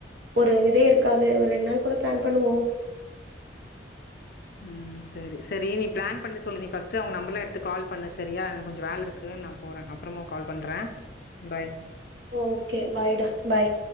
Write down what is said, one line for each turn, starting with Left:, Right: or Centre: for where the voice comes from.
Right: ஒரு இதே இருக்காது ஒரு ரெண்ட் நாள் போல பிளான் பண்ணுவோம்
Left: ம் சரி சரி நீ பிளான் பண்ணி சொல்லு நீ ஃபஸ்ட்டு அவங்க நம்பர்லாம் எடுத்து கால் பண்ணு சரியா எனக்கு கொஞ்சோம் வேல இருக்கு நான் போறேன் அப்புறமா கால் பண்றேன் பாய்
Right: ஓகே பாய்டா பாய்